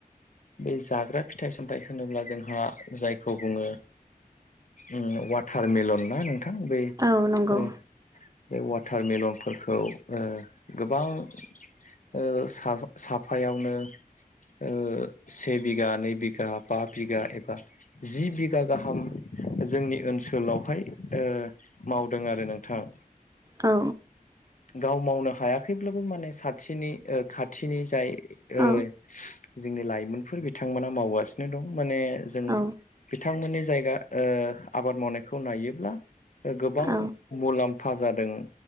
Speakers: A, on the left (about 55°); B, on the right (about 25°).
A: बे जाग्रा फिथाइ सामथाइ होनोब्ला जोंहा जायखौ बुङो उम वाटारमेलन ना नों थां बै
B: औ नंगौ
A: ओ बे वाटारमेलनफोरखौ ओ गोबां ओ सा साफायावनो ओ से बिघा नै बिघा बा बिघा जि बिघा गाहाम जोंनि ओनसोलावहाय ओ मावदों आरो नोंथां
B: औ
A: गाव मावनो हायाखैब्लाबो माने साथिनि ओ खाथिनि जाय
B: औ
A: ओ जोंनि लाइमोनफोर बिथांमोना मावगासिनो दं माने जों
B: औ
A: बिथांमोननि जायगा ओ आबाद मावनायखौ नायोब्ला ओ गोबां
B: औ
A: मुलाम्फा जादों